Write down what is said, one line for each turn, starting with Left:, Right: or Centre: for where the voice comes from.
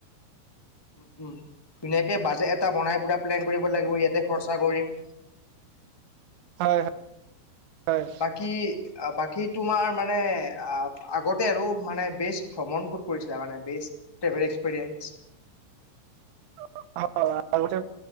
Left: উম উম, ধুনীয়াকে বাজেট এটা বনাই পুৰা প্লেন কৰিব লাগিব ইয়াত খৰচা কৰিম।
Right: হয় হয় হয়
Left: বাকি, আ, বাকী বাকি তোমাৰ মানে, অ', আগতে আৰু মানে, বেচ ভ্ৰমণ কত কৰিছিলা? মানে বে এক্সপিৰিয়েন্স
Right: <unintelligible> হয় আগতে